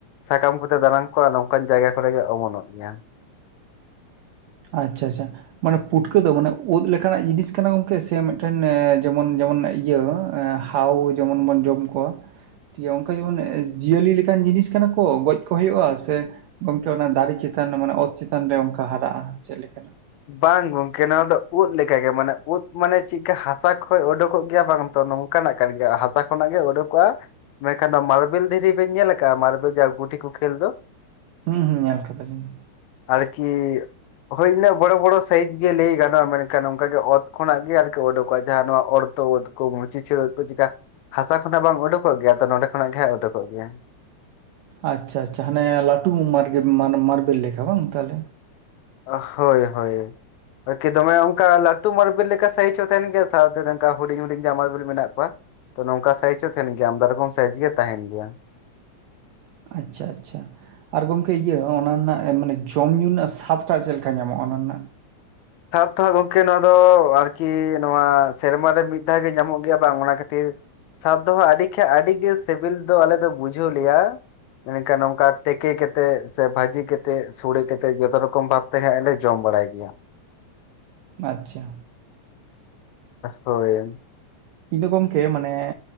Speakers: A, on the left; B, on the right.
A: ᱥᱟᱠᱟᱢ <unintelligible> ᱢᱤᱫ ᱵᱟᱨᱭᱟ ᱥᱟᱠᱟᱢ ᱠᱚᱛᱮ ᱫᱟᱱᱟᱝ ᱠᱚᱜᱼᱟ ᱱᱚᱝᱠᱟᱱ ᱡᱟᱭᱜᱟ ᱠᱚᱨᱮᱜᱮ ᱚᱢᱚᱱᱚᱜ ᱜᱮᱭᱟ᱾
B: ᱟᱪᱪᱷᱟ ᱟᱪᱪᱷᱟ ᱢᱟᱱᱮ ᱯᱩᱴᱠᱟᱹ ᱫᱚ ᱢᱟᱱᱮ ᱩᱫ ᱞᱮᱠᱟᱱᱟᱜ ᱡᱤᱱᱤᱥ ᱠᱟᱱᱟ ᱜᱚᱝᱠᱮ ᱥᱮ ᱢᱤᱜᱴᱮᱱ ᱮ ᱡᱮᱢᱚᱱ ᱡᱮᱢᱚᱱ ᱤᱭᱟᱹ ᱮ ᱦᱟ ᱦᱟᱣ ᱡᱮᱢᱚᱱ ᱵᱚᱱ ᱡᱚᱢ ᱠᱚᱣᱟ᱾ <unintelligible> ᱚᱝᱠᱟ ᱡᱮᱢᱚᱱ ᱡᱤᱭᱟᱹᱞᱤ ᱞᱮᱠᱟᱱ ᱡᱤᱱᱤᱥ ᱠᱟᱱᱟ ᱠᱚ ᱜᱚᱡ ᱠᱚ ᱦᱩᱭᱩᱜᱼᱟ ᱥᱮ ᱜᱚᱝᱠᱮ ᱚᱱᱟ ᱫᱟᱨᱮ ᱪᱮᱛᱟᱱ ᱢᱟᱱᱮ ᱚᱛ ᱪᱮᱛᱟᱱ ᱨᱮ ᱚᱝᱠᱟ ᱦᱟᱨᱟᱜᱼᱟ ᱪᱮᱫ ᱞᱮᱠᱟᱱᱟᱜ?
A: ᱵᱟᱝ ᱜᱚᱝᱠᱮ ᱱᱚᱣᱟ ᱫᱚ ᱩᱫ ᱞᱮᱠᱟᱜᱮ ᱢᱟᱱᱮ ᱩᱫ ᱢᱟᱱᱮ ᱪᱮᱜᱠᱟ ᱦᱟᱥᱟ ᱠᱷᱚᱡ ᱩᱰᱩᱠᱚᱜ ᱜᱮᱭᱟ ᱵᱟᱝ ᱛᱚᱱᱚᱝ ᱠᱟᱱᱟᱜ ᱠᱟᱱ ᱜᱮᱭᱟ ᱦᱟᱥᱟ ᱠᱷᱚᱱᱟᱜ ᱜᱮ ᱩᱰᱩᱠᱚᱜᱼᱟ᱾ ᱢᱮᱱᱠᱷᱟᱱ ᱫᱚ ᱢᱟᱨᱵᱮᱞ ᱫᱷᱤᱨᱤ ᱵᱮᱱ ᱧᱮᱞ ᱟᱠᱟᱜᱼᱟ? ᱢᱟᱨᱵᱮᱞ ᱡᱟᱦᱟᱸ ᱜᱩᱴᱷᱤ ᱠᱚ ᱠᱷᱮᱞ ᱫᱚ?
B: ᱦᱩᱸ ᱦᱩᱸ ᱧᱮᱞ ᱠᱟᱫᱟᱞᱤᱧ᱾
A: ᱟᱨᱠᱤ ᱦᱩᱭ <unintelligible> ᱵᱚᱲᱚ ᱵᱚᱲᱚ ᱥᱟᱭᱤᱡ ᱜᱮ ᱞᱟᱹᱭ ᱜᱟᱱᱚᱜᱼᱟ ᱢᱮᱱᱠᱷᱟᱱ ᱚᱝᱠᱟ ᱜᱮ ᱚᱛ ᱠᱷᱚᱱᱟᱜ ᱜᱮ ᱟᱨᱠᱤ ᱩᱰᱩᱠᱚᱜᱼᱟ ᱡᱟᱦᱟᱸ ᱱᱚᱣᱟ ᱚᱲᱛᱚ ᱣᱟᱹᱛ ᱢᱩᱪᱤ ᱪᱷᱟᱹᱲ ᱠᱚ ᱪᱤᱠᱟ ᱦᱟᱥᱟ ᱠᱷᱚᱱᱟᱜ ᱵᱟᱢ ᱩᱰᱩᱠᱚᱜ ᱜᱮᱭᱟ ᱛᱚ ᱱᱚᱸᱰᱮ ᱠᱷᱚᱱᱟᱜ ᱜᱮ ᱦᱟᱸᱜ ᱩᱰᱩᱠᱚᱜ ᱜᱮᱭᱟ᱾
B: ᱟᱪᱪᱷᱟ ᱟᱪᱪᱷᱟ ᱦᱟᱱᱮ ᱞᱟᱹᱴᱩ ᱢᱟᱨ ᱢᱟᱨᱵᱮᱞ ᱞᱮᱠᱟ ᱵᱟᱝ ᱛᱟᱦᱞᱮ᱾
A: ᱚ ᱦᱚᱭ ᱦᱚᱭ ᱟᱨᱠᱤ ᱫᱚᱢᱮ ᱚᱝᱠᱟ ᱞᱟᱹᱴᱩ ᱢᱟᱨᱵᱮᱞ ᱞᱮᱠᱟ ᱥᱟᱭᱤᱡ ᱦᱚᱸ ᱛᱟᱦᱮᱱ ᱜᱮᱭᱟ ᱥᱟᱶᱛᱮ ᱱᱚᱝᱠᱟ ᱦᱩᱰᱤᱧ ᱦᱩᱰᱤᱧ-ᱡᱟᱦᱟ ᱢᱟᱨᱵᱮᱞ ᱢᱮᱱᱟᱜ ᱠᱚᱣᱟ ᱾ ᱛᱚ ᱱᱚᱝᱠᱟ ᱥᱟᱭᱤᱡ ᱦᱚᱸ ᱛᱟᱦᱮᱱ ᱜᱮᱭᱟ ᱟᱢᱫᱟ ᱨᱚᱠᱚᱢ ᱥᱟᱭᱤᱡ ᱜᱮ ᱛᱟᱦᱮᱱ ᱜᱮᱭᱟ᱾
B: ᱟᱪᱪᱷᱟ ᱟᱪᱪᱷᱟ ᱟᱨ ᱜᱚᱢᱠᱮ ᱤᱭᱟᱹ ᱚᱱᱟ ᱨᱮᱱᱟᱜ ᱢᱟᱱᱮ ᱡᱚᱢ ᱧᱩ ᱨᱮᱱᱟᱜ ᱥᱟᱫᱽᱴᱟᱜ ᱪᱮᱜ ᱞᱮᱠᱟ ᱧᱟᱢᱚᱜᱼᱟ ᱚᱱᱟ ᱨᱮᱱᱟᱜ?
A: ᱥᱟᱫᱽ ᱫᱚ ᱦᱟᱸᱜ ᱜᱚᱝᱠᱮ ᱱᱚᱣᱟ ᱫᱚ ᱟᱨᱠᱤ ᱱᱚᱣᱟ ᱥᱮᱨᱢᱟᱨ ᱨᱮ ᱢᱤᱫ ᱫᱷᱟᱣ ᱜᱮ ᱧᱟᱢᱚᱜ ᱜᱮᱭᱟ ᱵᱟᱝ ᱚᱱᱟ ᱠᱷᱟᱹᱛᱤᱨ ᱥᱟᱫᱽ ᱫᱚ ᱦᱟᱸᱜ ᱟᱹᱰᱤ ᱠᱷᱟᱡ ᱟᱹᱰᱤ ᱜᱮ ᱥᱤᱵᱤᱞ ᱫᱚ ᱟᱞᱮ ᱫᱚ ᱵᱩᱡᱷᱟᱹᱣ ᱞᱮᱭᱟ᱾ ᱢᱮᱱᱠᱷᱟᱱ ᱱᱚᱝᱠᱟ ᱛᱮᱠᱮ ᱠᱮᱛᱮᱜ ᱥᱮ ᱵᱷᱟᱹᱡᱤ ᱠᱮᱛᱮᱜ, ᱥᱚᱲᱮ ᱠᱮᱛᱮᱜ ᱡᱚᱛᱚ ᱨᱚᱠᱚᱢ ᱵᱷᱟᱵ ᱛᱮ ᱦᱮᱸᱜ ᱞᱮ ᱡᱚᱢ ᱵᱟᱲᱟᱭ ᱜᱮᱭᱟ᱾
B: ᱟᱪᱪᱷᱟ
A: ᱦᱚᱭ
B: ᱤᱧ ᱫᱚ ᱜᱚᱢᱠᱮ ᱢᱟᱱᱮ